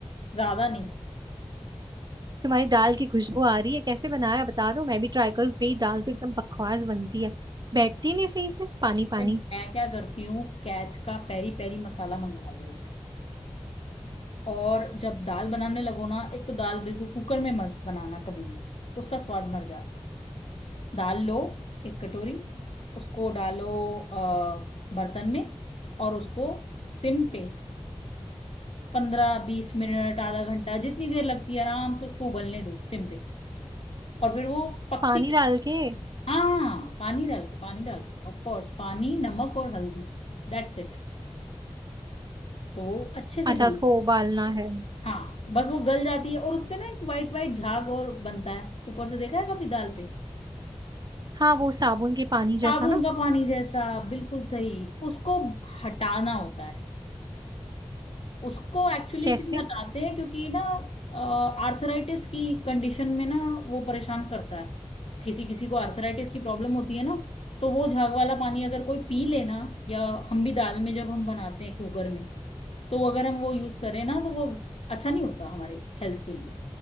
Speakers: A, on the left; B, on the right.
A: ज्यादा नहीं
B: तुम्हारी दाल की खुशबू आ रही है कैसे बनाया बता दो मैं भी ट्राई करूँ मेरी दाल तो एकदम बकवास बनती है बैठती नहीं सही से पानी पानी
A: ए, मैं क्या करती हूँ कैच का पेरी पेरी मसाला मंगवा लो एक और जब दाल बनाने लगो ना एक तो दाल बिल्कुल कुकर में मत बनाना कभी भी उसका स्वाद मर जाता है दाल लो एक कटोरी उसको डालो अ, बर्तन में और उसको सिम पे पंद्रह बीस मिनट आधा घंटा जितनी देर लगती है आराम से उसको उबलने दो सिम पे और फिर वो पकती
B: पानी डाल के
A: हाँ पानी डाल के पानी डाल के ऑफ कोर्स पानी नमक और हल्दी That's it तो वो अच्छे से
B: अच्छा
A: गल
B: उसको उबालना है
A: हाँ बस वो गल जाती है और उसपे ना एक वाइट वाइट झाग और बनता है ऊपर से देखा है कभी दाल पे
B: हाँ वो साबुन के पानी जैसा
A: साबुन
B: ना
A: का पानी जैसा बिल्कुल सही उसको हटाना होता है उसको एक्चुअली
B: कैसे
A: इसीलिए हटाते हैं क्योंकि ना आर्थराइटिस की कंडीशन में ना वो परेशान करता है किसी किसी को आर्थराइटिस की प्रॉब्लम होती है ना तो वो झाग वाला पानी अगर कोई पी लेना या हम भी दाल में जब हम बनाते हैं कुकर में तो अगर हम वो यूज करें ना तो वो अच्छा नहीं होता हमारे हेल्थ के लिए